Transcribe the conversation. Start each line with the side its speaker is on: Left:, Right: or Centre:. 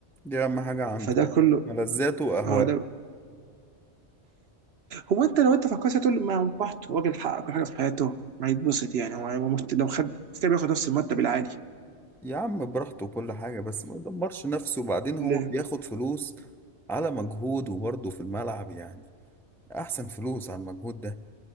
Centre: دي أهم حاجة عنده
Right: فده كله
Centre: ملذاته وأهواء
Right: اه ده هو انت لو انت فكرت هتقول ما هو براحته راجل حقق كل حاجه في حياته ما يتبسط يعني هو هو مست- لو خد كده بياخد نفس المرتب العالي
Centre: يا عم براحته وكل حاجة بس ما يدمرش نفسه وبعدين
Right: ال-
Centre: هو بياخد فلوس على مجهوده برضه في الملعب يعني أحسن فلوس على المجهود ده